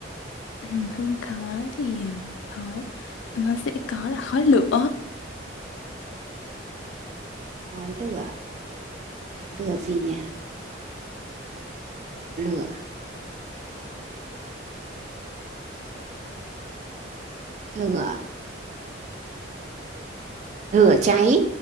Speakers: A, on the left; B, on the right.
A: Ừ, hương khói thì khói nó sẽ có là khói lửa
B: khói lửa lửa gì nhỉ lửa lửa lửa cháy